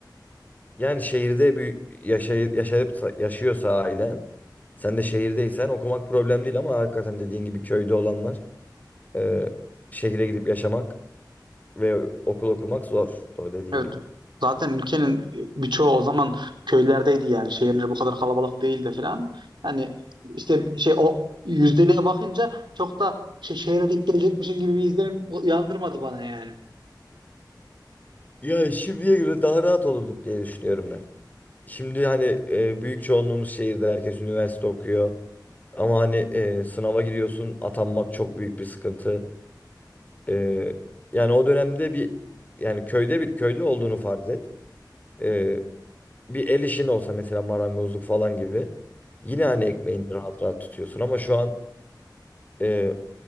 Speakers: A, on the left (about 20°); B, on the right (about 85°).
A: Yani şehirde bir yaşay yaşayıp yaşıyorsa ailen, sen de şehirdeysen okumak problem değil ama hakikaten dediğin gibi köyde olanlar e, şehire gidip yaşamak ve okul okumak zor. Doğru dediğin
B: Evet.
A: gibi.
B: Zaten ülkenin e, birçoğu o zaman köylerdeydi yani. Şehirler bu kadar kalabalık değildi falan. Yani işte şey o yüzdeliğe bakınca çok da şey, şehre denk gelecekmişin gibi bir izlenim uyandırmadı bana yani.
A: Ya şimdiye göre daha rahat olurduk diye düşünüyorum ben. Şimdi hani e, büyük çoğunluğumuz şehirde herkes üniversite okuyor. Ama hani e, sınava giriyorsun atanmak çok büyük bir sıkıntı. Ee, yani o dönemde bir yani köyde bir köyde olduğunu farz et. Ee, bir el işin olsa mesela marangozluk falan gibi. Yine
B: Hı hı.
A: hani ekmeğini rahat rahat tutuyorsun ama şu an e,